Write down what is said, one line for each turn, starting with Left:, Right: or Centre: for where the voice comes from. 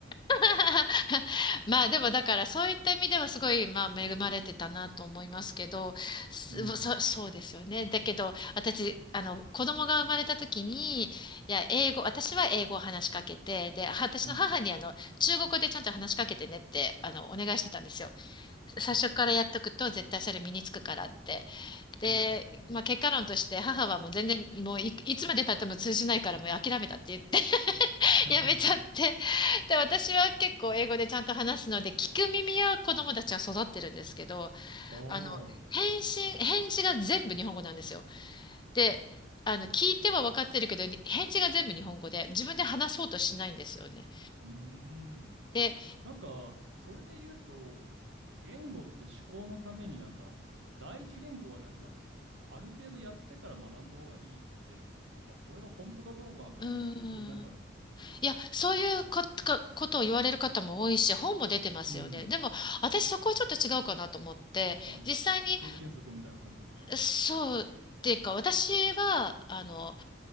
Left: <laughs> まあでもだからそういった意味ではすごいまあ恵まれてたなと思いますけど、すそ、
Right: うん、
Left: そうですよね。だけど私、あの子供が生まれた時に、いや、英語、私は英語を話しかけて、で、私の母にあの中国語でちゃんと話しかけてねってあのお願いしてたんですよ。
Right: うん、
Left: 最初からやっとくと絶対それ身につくからって。
Right: うん、
Left: で、
Right: うん、うん。
Left: まあ、結果論として母はもう全然もうい、いつまで経っても通じないからもう諦めたって言って <laughs>
Right: <laughs>
Left: やめちゃって。で、私は結構英語でちゃんと話すので聞く耳は子供たちは育ってるんですけど、
Right: おー、
Left: あの、返信、返事が全部日本語なんですよ。で、あの、聞いては分かってるけど、返事が全部日本語で自分で話そうとしないんですよね。
Right: うーん。
Left: で、
Right: なんか、それで言うと、言語って思考のためになんか、第一言語はなんか、ある程度やってから学んだ方がいいって、まあ、これが本当かどうかわかんないですけど、
Left: うー
Right: そう、なんか、
Left: いや、そういうこ、かことを言われる方も多いし、本も出てますよね。
Right: うん。
Left: でも、私そこはちょっと違うかなと思って、
Right: あ、
Left: 実際に
Right: 経験則みたいな感じですか。
Left: そうっていうか、私は、あの、